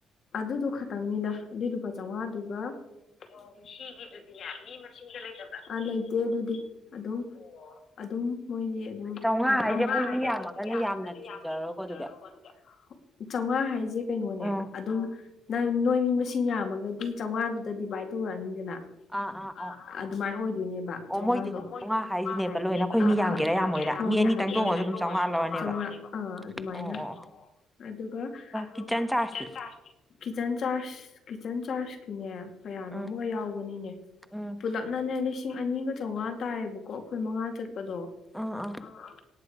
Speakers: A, on the left; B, in the centre.
A: ꯑꯗꯨꯗꯣ ꯈꯇꯪꯅꯤꯗ ꯑꯗꯨꯏ ꯂꯨꯄꯥ ꯆꯥꯎꯉꯥꯗꯨꯒ ꯑꯣ ꯁꯤꯒꯤꯗꯨꯗꯤꯅꯦ ꯃꯤ ꯃꯁꯤꯡꯗ ꯂꯩꯇꯕ꯭ꯔꯥ ꯑ ꯂꯩꯇꯦ ꯑꯗꯨꯗꯤ ꯑꯗꯨꯝ ꯑꯣ ꯑꯗꯨꯝ ꯃꯣꯏꯒꯤ ꯑꯗꯨꯝ
B: ꯆꯥꯝꯃꯉꯥ
A: ꯍꯪꯒꯠꯍꯟꯗ
B: ꯑꯩꯈꯣꯏ
A: ꯆꯥꯎꯉꯥ ꯍꯥꯏꯁꯦ
B: ꯌꯥꯝꯃꯒꯅ
A: ꯑꯈꯣꯏ ꯃꯤ ꯌꯥꯝꯕ
B: ꯌꯥꯝꯅ
A: <unintelligible>
B: ꯇꯤꯡꯖꯔꯔꯣꯏꯀꯣ ꯑꯗꯨꯗꯤ
A: ꯆꯧꯉꯥ ꯍꯥꯏꯁꯦ ꯀꯩꯅꯣꯅꯦ
B: ꯑꯥ
A: ꯑꯗꯨꯝ ꯅꯪ ꯅꯣꯏ ꯃꯤ ꯃꯁꯤꯡ ꯌꯥꯝꯃꯒꯗꯤ ꯆꯧꯉꯥꯗꯨꯗ ꯗꯤꯚꯥꯏꯠ ꯇꯧꯔꯛꯑꯅꯤꯗꯅ
B: ꯑꯥ ꯑꯣ
A: ꯑꯥꯑꯥꯑ
B: ꯑꯣꯀꯦ
A: ꯑꯗꯨꯃꯥꯏꯅ ꯑꯣꯏꯗꯣꯏꯅꯦꯕ
B: ꯑꯣ
A: ꯆꯧꯉꯥꯗꯣ
B: ꯃꯣꯏꯗꯤ
A: ꯃꯣꯏꯒꯤꯗꯤ
B: ꯆꯥꯝꯃꯉꯥ ꯍꯥꯏꯁꯤꯅꯦꯕ
A: ꯃꯣꯏ ꯍꯥꯏꯖꯦ
B: ꯂꯣꯏꯅ ꯑꯩꯈꯣꯏ
A: ꯂꯣꯏꯔꯛꯄꯩ ꯃꯤ ꯌꯥꯝꯒꯦꯔꯥ
B: ꯌꯥꯝꯃꯣꯏꯔꯥ
A: ꯌꯥꯝ ꯍꯣꯍꯣ ꯍꯣꯏ ꯃꯤ ꯑꯅꯤꯇꯪ
B: ꯑꯗꯨꯝ
A: ꯇꯣꯡꯉꯁꯨ
B: ꯆꯥꯝꯃꯉꯥ ꯂꯧꯔꯅꯦꯕ
A: ꯆꯧꯉꯥꯅꯦꯕ ꯆꯧꯉꯥ ꯑꯥ ꯑꯗꯨꯃꯥꯏꯅ
B: ꯑꯣ
A: ꯑꯣꯑꯣ
B: ꯑꯣ
A: ꯑꯗꯨꯒ ꯑꯗꯨꯒ
B: ꯀꯤꯠꯆꯟ ꯆꯥꯔꯖꯇꯤ
A: ꯀꯤꯟ ꯆꯟ ꯆꯥꯔꯁ ꯀꯤꯠꯆꯟ ꯆꯥꯔꯖ ꯀꯤꯠꯆꯟ ꯆꯥꯔꯖꯀꯤꯅꯦ ꯀꯌꯥꯅꯣ
B: ꯎꯝ
A: ꯑꯃꯒ ꯌꯥꯎꯕꯅꯤꯅꯦ
B: ꯎꯝ
A: ꯄꯨꯂꯞꯅꯅꯦ ꯂꯤꯁꯤꯡ ꯑꯅꯤꯒ ꯆꯧꯉꯥ ꯇꯥꯏꯌꯦꯕꯀꯣ ꯑꯈꯣꯏ ꯃꯉꯥ ꯆꯠꯄꯗꯣ
B: ꯑꯥ ꯑꯥ
A: ꯑꯥꯑꯥ